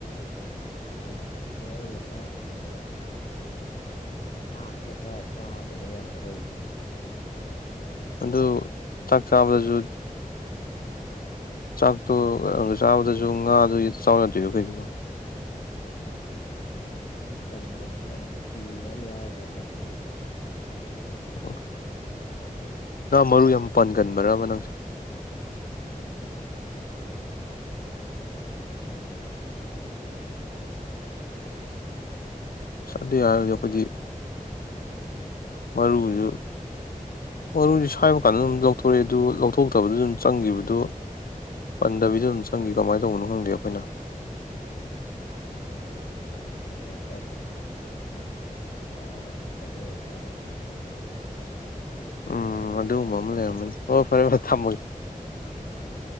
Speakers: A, on the left; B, on the left.
A: ꯑꯩꯅ ꯄꯥꯝꯃꯤꯁꯦ ꯑꯩ ꯑꯄꯥꯝꯕꯁꯦ ꯆꯥꯛꯁꯦ ꯈꯔ ꯆꯥ <unintelligible> ꯑꯩꯗꯤ
B: ꯑꯗꯨ ꯆꯥꯛ ꯆꯥꯕꯗꯁꯨ ꯆꯥꯛꯇꯣ ꯆꯥꯕꯗꯁꯨ ꯉꯥꯗꯨ ꯆꯥꯎ ꯌꯥꯗꯔ꯭ꯤꯗꯣ ꯀꯩꯒꯤꯅꯣ
A: ꯉꯥꯗꯣ ꯃꯔꯨ ꯄꯟꯕꯗꯣ ꯊꯥꯏꯅ ꯀꯤꯕ ꯑꯃ ꯌꯥꯎꯈ꯭ꯔꯕ ꯑꯗꯨꯒꯤꯅꯤꯗ
B: ꯑꯣ ꯉꯥ ꯃꯔꯨ ꯌꯥꯝ ꯄꯟꯒꯟꯕꯔꯕ ꯅꯪꯁꯦ
A: ꯉꯥ ꯃꯔꯨꯁꯦ ꯈꯔ ꯄꯜꯂꯦ ꯃꯗꯨꯅ ꯇꯟꯕ ꯆꯥꯕꯁꯦ
B: ꯑꯁ ꯑꯗꯨ ꯌꯔꯔꯣꯢꯗ ꯈꯣꯏꯗꯤ ꯃꯔꯨꯁꯨ ꯃꯔꯨꯁꯨ ꯁꯥꯏꯕ ꯀꯥꯟꯗ ꯑꯗꯨꯝ ꯂꯧꯊꯣꯔꯛꯑꯦ ꯑꯗꯨ ꯂꯧꯊꯣꯛꯇꯕꯗꯨ ꯑꯗꯨꯝ ꯆꯪꯈꯤꯕꯗꯨ ꯄꯟꯗꯕꯤꯗ ꯑꯗꯨꯝ ꯆꯪꯈꯤ ꯀꯃꯥꯏꯅ ꯇꯧꯕꯅꯣ ꯈꯪꯗꯦ ꯑꯩꯈꯣꯏꯅ
A: ꯈꯪꯗꯦ ꯑꯩꯅ ꯀꯃꯥꯏꯅ ꯇꯧꯕꯅꯣ ꯆꯥꯕ ꯍꯩꯇꯕꯩ ꯑꯣꯏ ꯖꯥꯠꯂ <inaudible>
B: ꯎꯝ ꯑꯗꯨꯒꯨꯝꯕ ꯑꯃ ꯂꯩꯔꯝꯃꯅꯤ ꯍꯣꯏ ꯐꯔꯦ ꯐꯔꯦ ꯊꯝꯃꯒꯦ
A: ꯎꯝ